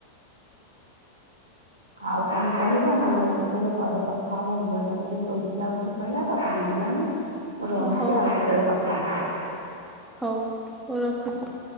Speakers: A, on the right (about 75°); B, in the centre.
A: ଆଉ କଣ କହିବ ନା ଆଉ କେତେବେଳେ ପରେ କଥା ହେବା। ଝିଅଟା ଟିକେ ଶୋଇଥିଲା ଉଠି ପଡିଲା ତ କାନ୍ଦିଲାଣି। ମୁଁ ରହୁଛି।
B: ହଉ
A: ଆଉ କେତେବେଳେ କଥା ହେବା।
B: ହଉ ହଉ ରଖୁଛି।